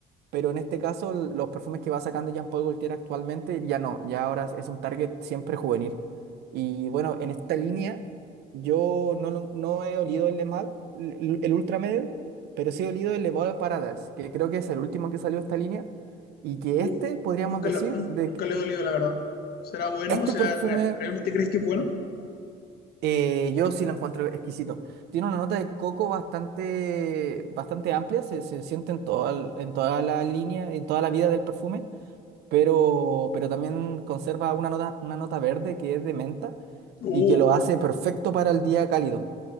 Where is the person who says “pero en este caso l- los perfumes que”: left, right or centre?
Right